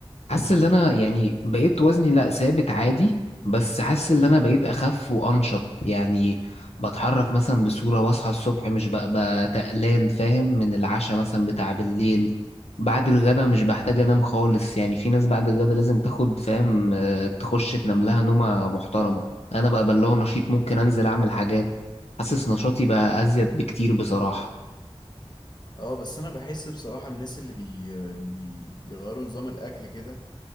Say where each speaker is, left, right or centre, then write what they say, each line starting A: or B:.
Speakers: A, on the left (about 80°); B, on the left (about 40°).
A: حاسس ان انا يعني بقيت وزني لا ثابت عادي بس حاسس ان انا بقيت اخف وانشط يعني بتحرك مثلا بصورة واصحى الصبح مش ببقى تقلان فاهم من العشاء مثلا بتاع بالليل بعد الغدا مش بحتاج انام خالص يعني في ناس بعد الغدا لازم تاخد فاهم آه، تخش تنام لها نومة محترمة انا بقى بلغ نشيط ممكن انزل اعمل حاجات حاسس نشاطي بقى ازيد بكتير بصراحة
B: اه بس انا بحس بصراحة الناس اللي بي... اللي بي... بيغيروا نظام الاكل كده